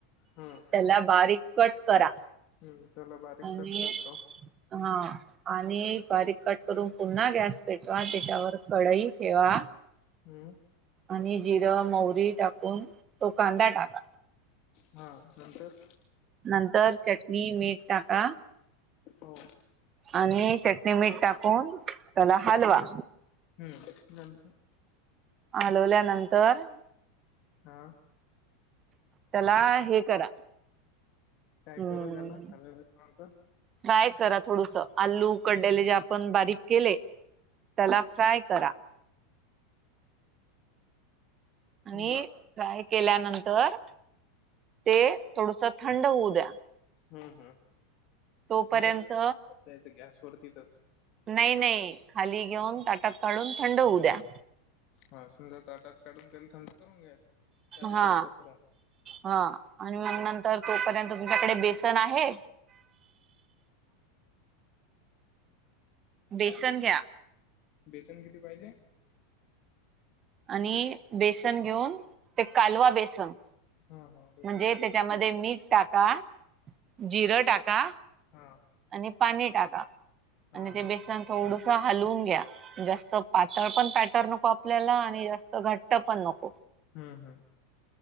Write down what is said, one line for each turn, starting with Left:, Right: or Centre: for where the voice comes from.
Left: हम्म
Right: त्याला बारीक कट करा
Left: हम्म त्याला बारीक
Right: आणि
Left: कट करतो
Right: हा आणि बारीक कट करून पुन्हा गॅस पेटवा त्याच्यावर कढई ठेवा
Left: हम्म.
Right: आणि जिरं मौरी टाकून तो कांदा टाका.
Left: हा. नंतर
Right: नंतर चटणी मीठ टाका
Left: हो.
Right: आणि चटणी मीठ टाकून त्याला हालवा.
Left: हम्म नंतर
Right: हलवल्या नंतर
Left: हा.
Right: त्याला हे करा
Left: काय
Right: हम्म
Left: करू त्याला <unintelligible> नंतर
Right: फ्राय करा थोडसा आलू उकडलेले जे आपण बारीक केले त्याला फ्राय करा. आणि
Left: बर
Right: फ्राय केल्यानंतर ते थोडूसा थंड होऊ द्या.
Left: हम्म हम्म.
Right: तोपर्यंत
Left: समजा ताटात द्यायचं गॅस वरतीच
Right: नाही नाही खाली घेऊन ताटात काढून थंड होऊ द्या.
Left: हा समजा ताटात काढून तेल थंड करून घ्यायचं चारीकडे
Right: हा
Left: पचरवून.
Right: हा आणि मग नंतर तोपर्यंत तुमच्याकडे बेसन आहे? बेसन घ्या
Left: बेसन किती पाहिजे?
Right: आणि बेसन घेऊन ते कालवा बेसन
Left: हम्म हा. बेसन
Right: म्हणजे
Left: समजा
Right: त्याच्यामध्ये
Left: कालवून
Right: मीठ टाका, जिरं टाका
Left: हा
Right: आणि पाणी टाका
Left: हा
Right: आणि ते
Left: हा
Right: बेसन थोडू हालून घ्या जास्त पातळ पण पॅटर नको आपल्याला आणि जास्त घट्ट पण नको.
Left: हम्म, हम्म.